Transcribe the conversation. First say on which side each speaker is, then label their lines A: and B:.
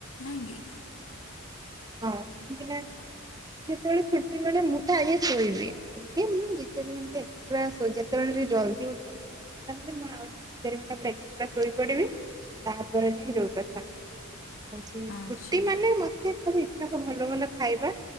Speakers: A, on the left (about 75°); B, on the right (about 20°).
A: ନାଇଁ କି
B: ହଁ କାହିଁକି ନା ଯେତେବେଳେ ଛୁଟି ମିଳେ। ମୁଁ ତ ଆଗେ ଶୋଇବି। ଏମିତି ମୁଁ ଦି ଚାରି ଘଣ୍ଟା ଏକ୍ସଟ୍ରା ଶୋଇ ଯେତେବେଳେ ଜି ଜଲଦି ଉଠେ। ତାହେଲେ ମୁଁ ଦି ଚାରି ଘଣ୍ଟା ଏକ୍ସ୍ରା ଶୋଇପଡିବି! ତାପରେ ଯାଇଁ ଯୋଉ କଥା? ହଉଛି
A: ଆଚ୍ଛା।
B: ଫୁଟି ମାନେ ମତେ ଭଲ ଭଲ ଖାଇବା,